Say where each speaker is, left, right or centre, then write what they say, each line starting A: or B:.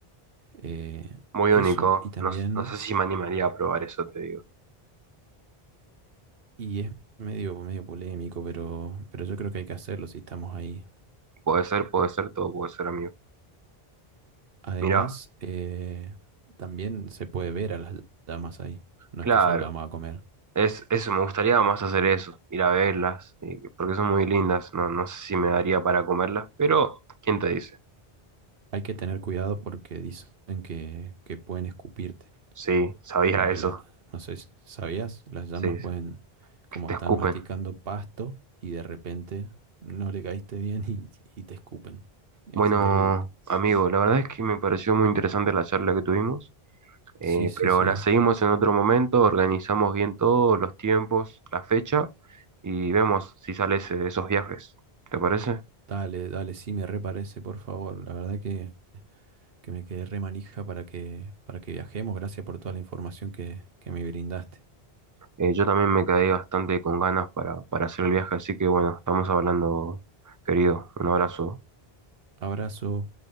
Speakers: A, on the right; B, on the right.
A: Eh,
B: muy único.
A: eso y también,
B: No, s- no sé si me animaría a probar eso, te digo.
A: y es medio, medio polémico, pero, pero yo creo que hay que hacerlo si estamos ahí.
B: Puede ser, puede ser, todo puede ser, amigo.
A: Además,
B: Mira,
A: eh, también se puede ver a las llamas ahí, no
B: claro.
A: es que solo la vamos a comer.
B: Es, eso, me gustaría más hacer eso, ir a verlas, eh, porque son muy lindas. No, no sé si me daría para comerlas, pero ¿quién te dice?
A: Hay que tener cuidado porque dicen que, que pueden escupirte.
B: Sí, sabía
A: como que
B: eso.
A: la, no sé, si- ¿sabías? Las llamas
B: Sí,
A: pueden, como
B: que te
A: están
B: escupen.
A: masticando pasto y de repente no le caíste bien y, y te escupen. Es
B: Bueno,
A: increíble.
B: amigo, la verdad es que me pareció muy interesante la charla que tuvimos, eh,
A: Sí, sí,
B: pero
A: sí.
B: la seguimos en otro momento, organizamos bien todos los tiempos, la fecha y vemos si sales de esos viajes. ¿Te parece?
A: Dale, dale, sí, me reparece, por favor. La verdad que, que me quedé re manija para que, para que viajemos. Gracias por toda la información que, que me brindaste.
B: Eh, yo también me quedé bastante con ganas para, para hacer el viaje, así que bueno, estamos hablando, querido. Un abrazo.
A: Abrazo.